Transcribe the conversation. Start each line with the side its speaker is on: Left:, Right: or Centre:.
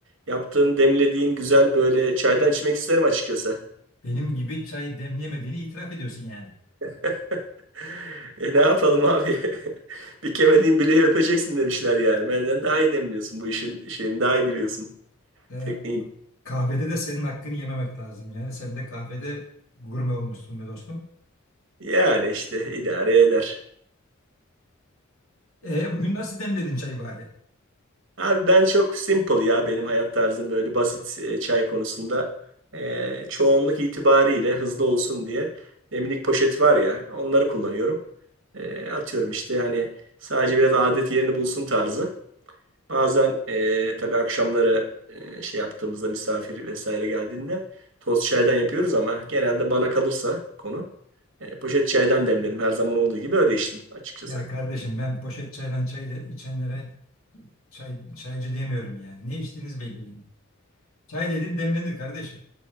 Right: yaptığın, demlediğin güzel böyle çaydan içmek isterim açıkçası.
Left: Benim gibi çay demleyemediğini itiraf ediyorsun yani.
Right: <laughs> E, ne yapalım abi? <laughs> Bir kemediğin bileği öpeceksin demişler yani. Benden daha iyi demliyorsun bu işin şeyini, daha iyi biliyorsun
Left: Ya,
Right: tekniğini.
Left: kahvede de senin hakkını yememek lazım. Yani sen de kahvede gurme olmuşsun be dostum.
Right: Yani işte idare eder.
Left: E bugün nasıl demledin çayı bari?
Right: Abi ben çok simple ya benim hayat tarzım böyle basit e, çay konusunda. E, çoğunluk itibariyle hızlı olsun diye demlik poşet var ya onları kullanıyorum. E, atıyorum işte hani sadece biraz adet yerini bulsun tarzı. Bazen e, tabii akşamları e, şey yaptığımızda misafir vesaire geldiğinde toz çaydan yapıyoruz ama genelde bana kalırsa konu e, poşet çaydan demledim her zaman olduğu gibi öyle içtim açıkçası.
Left: Ya kardeşim ben poşet çaydan çay de içenlere çay, çaycı demiyorum yani. Ne içtiğiniz belli değil. Çay dedin demlenir kardeşim.